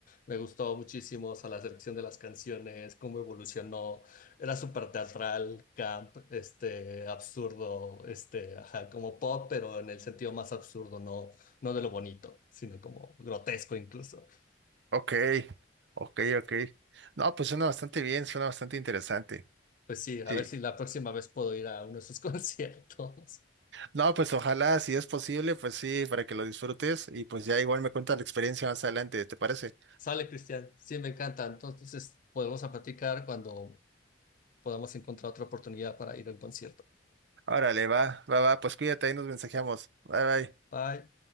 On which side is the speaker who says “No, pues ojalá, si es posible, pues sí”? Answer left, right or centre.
Right